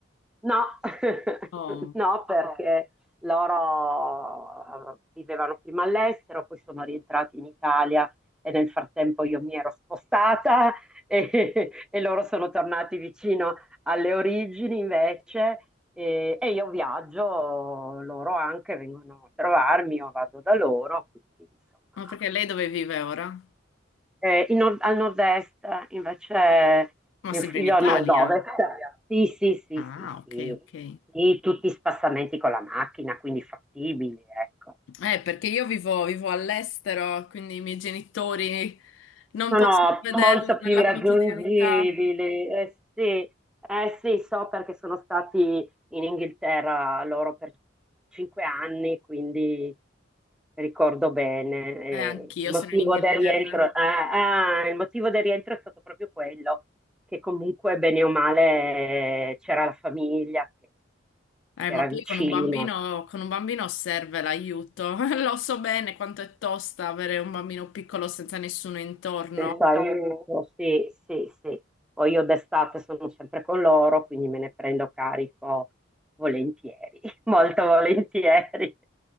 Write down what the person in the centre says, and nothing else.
No, <laughs>
no, Ah, perché loro eh, vivevano prima all'estero, poi sono rientrati in Italia e nel frattempo io mi ero spostata <laughs> e, e loro sono tornati vicino alle origini invece e, e io viaggio, loro anche vengono a trovarmi, io vado da loro, quindi insomma
eh, in nord- al nord-est invece
mio
figlio
al Al nord-ovest. nord-ovest. Sì, sì, sì,
sì,
sì,
Sì, tutti spassamenti con la macchina, quindi fattibili, ecco.
Sono
molto
più raggiungibili.
Eh sì, eh sì, so perché sono stati in Inghilterra loro per cinque anni, quindi ricordo bene. eh,
il motivo
del rientro, eh, ah, il motivo del rientro è stato proprio quello, che comunque bene o male eh, c'era la famiglia che
che
era
vicina.
Quindi, Pensare, Diventano... sì, sì, sì. Poi io d'estate sono sempre con loro, quindi me ne prendo carico volentieri, <laughs> molto volentieri.